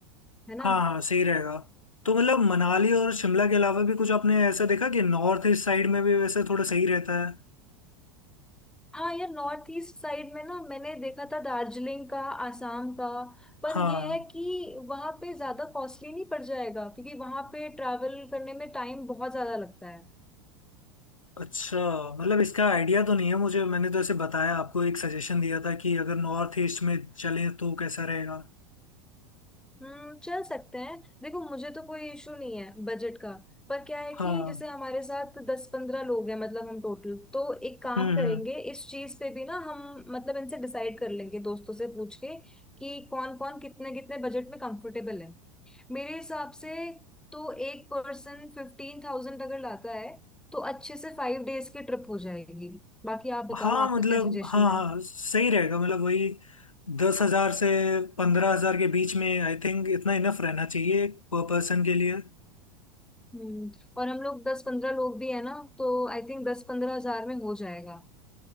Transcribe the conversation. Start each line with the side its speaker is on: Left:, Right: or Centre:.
Centre: है ना
Left: हाँ हाँ सही रहेगा तो मतलब मनाली और शिमला के अलावा भी कुछ आपने ऐसा देखा कि नॉर्थ ईस्ट साइड में भी वैसे थोड़ा सही रहता है
Centre: हाँ यार नॉर्थ ईस्ट साइड में ना मैंने देखा था दार्जिलिंग का आसाम का पर
Left: हाँ
Centre: ये है कि वहाँ पे ज्यादा कॉस्टली नहीं पड़ जाएगा क्योंकि वहाँ पे ट्रैवल करने में टाइम बहुत ज्यादा लगता है
Left: अच्छा मतलब इसका आइडिया तो नहीं है मुझे मैंने तो ऐसे बताया आपको एक सजेशन दिया था कि अगर नॉर्थ ईस्ट में चलें तो कैसा रहेगा
Centre: हम्म चल सकते हैं देखो मुझे तो कोई इशू नहीं है बजट का पर क्या है
Left: हाँ
Centre: कि जैसे हमारे साथ दस पंद्रह लोग हैं मतलब हम टोटल तो एक काम
Left: हम्म
Centre: करेंगे
Left: हम्म
Centre: इस चीज पे भी ना हम मतलब इनसे डिसाइड कर लेंगे दोस्तों से पूछ के कि कौन कौन कितने कितने बजट में कंफर्टेबल है मेरे हिसाब से तो एक पर्सन फिफ्टीन थाउजेंड अगर लाता है तो अच्छे से फाइव डेज की ट्रिप हो जाएगी बाकी आप बताओ
Left: हाँ
Centre: आपका
Left: मतलब
Centre: क्या सजेशन
Left: हाँ
Centre: है
Left: हाँ सही रहेगा मतलब वही दस हजार से पंद्रह हजार के बीच में आई थिंक इतना इनफ रहना चाहिए पर पर्सन के लिए
Centre: हम्म और हम लोग दस पंद्रह लोग भी है ना तो आई थिंक दस पंद्रह हजार में हो जाएगा